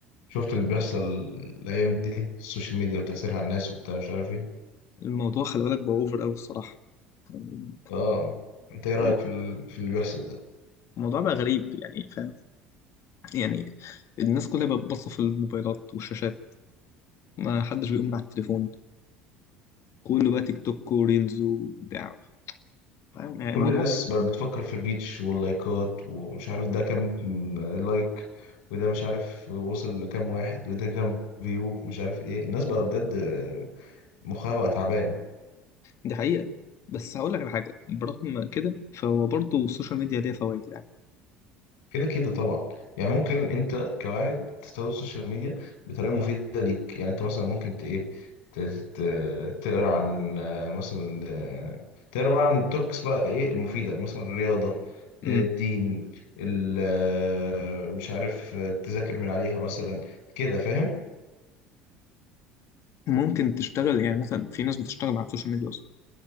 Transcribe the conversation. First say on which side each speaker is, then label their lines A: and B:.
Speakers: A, on the left; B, on the left.
A: شفت اللي بيحصل الايام دي السوشيال ميديا وتاثيرها على الناس وبتاع مش عارف ايه
B: الموضوع خلي بالك بقى اوفر قوي الصراحه يعني
A: اه انت ايه رايك
B: الم-
A: في ال... في اللي بيحصل ده
B: الموضوع بقى غريب يعني فاهم يعني الناس كلها بقت باصه في الموبايلات والشاشات ما حدش بيقوم من على التليفون كله بقى تيك توك وريلز وبتاع فاهم يعني
A: كل
B: الموضوع
A: الناس
B: غريب
A: بقت بتفكر في الريتش واللايكات ومش عارف ده كام لايك وده مش عارف وصل لكام واحد وده كام فيو ومش عارف ايه الناس بقى بجد مخها بقى تعبان
B: دي حقيقه بس هقول لك على حاجه برغم كده فهو برضه السوشيال ميديا ليها فوائد يعني
A: كده كده طبعا يعني ممكن انت كواحد تستخدم السوشيال ميديا بطريقه مفيده ليك يعني انت مثلا ممكن ت ايه ت- ت- تقرا عن آه، مثلا آه، تقرا بقى عن التوبكس بقى ايه المفيده مثلا الرياضه آه،
B: مم.
A: الدين ال- آه، مش عارف آه، تذاكر من عليها مثلا كده فاهم
B: ممكن تشتغل يعني مثلا في ناس بتشتغل على السوشيال ميديا اصلا